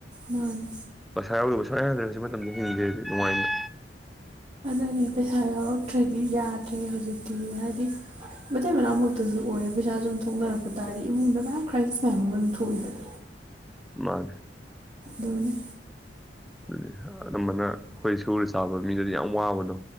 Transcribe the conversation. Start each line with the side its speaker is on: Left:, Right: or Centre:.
Right: ꯃꯥꯅꯦ
Centre: ꯄꯩꯁꯥ ꯌꯥꯎꯗꯕ ꯁꯨꯡꯌꯥ ꯌꯥꯗꯦ ꯍꯧꯖꯥꯛ ꯃꯇꯝꯗ ꯍꯤꯡꯒꯦꯗꯤ ꯅꯨꯡꯉꯥꯏꯅ
Right: ꯑꯗꯨꯅꯦ ꯄꯩꯁꯥ ꯌꯥꯎꯔꯛꯇ꯭ꯔꯗꯤ ꯌꯥꯗ꯭ꯔꯦ ꯍꯧꯖꯤꯛꯇꯤ ꯍꯥꯏꯗꯤ ꯃꯇꯩ ꯃꯅꯥꯎꯃꯛꯇꯖꯨ ꯑꯣꯏꯔ ꯄꯩꯁꯥꯁꯨꯝ ꯊꯣꯛꯅꯔꯛꯄ ꯇꯥꯔꯗꯤ ꯏꯃꯨꯡꯗ ꯃꯌꯥꯝ ꯀ꯭ꯔꯥꯏꯁꯤꯁ ꯃꯌꯥꯝ ꯑꯃ ꯑꯗꯨꯝ ꯊꯣꯛꯏꯗꯅ
Centre: ꯃꯥꯅꯤ
Right: ꯑꯗꯨꯅꯦ
Centre: ꯑꯗꯨꯅꯦ ꯑꯅꯝꯕꯥꯅ ꯑꯈꯣꯏ ꯁꯨꯔ ꯆꯥꯕ ꯃꯤꯗꯥꯗꯤ ꯌꯥꯝ ꯋꯥꯕꯗꯣ